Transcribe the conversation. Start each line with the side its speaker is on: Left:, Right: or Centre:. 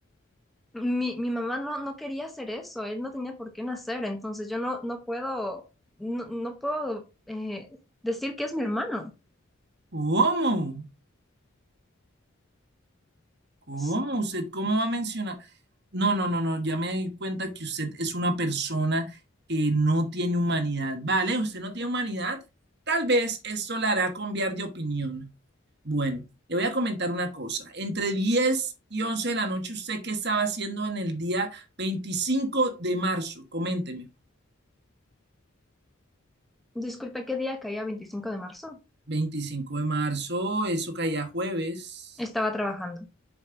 Centre: Mi, mi mamá no, no quería hacer eso, él no tenía por qué nacer, entonces yo no, no puedo, no, no puedo eh, decir que es mi hermano.
Right: ¿Cómo? ¿Cómo?
Centre: S-
Right: ¿Usted cómo va a mencionar? No, no, no, no. Ya me di cuenta que usted es una persona que no tiene humanidad. Vale, usted no tiene humanidad. Tal vez esto la hará cambiar de opinión. Bueno, le voy a comentar una cosa. Entre 10 y 11 de la noche, ¿usted qué estaba haciendo en el día 25 de marzo? Coménteme.
Centre: Disculpe, ¿qué día caía 25 de marzo?
Right: 25 de marzo, eso caía jueves.
Centre: Estaba trabajando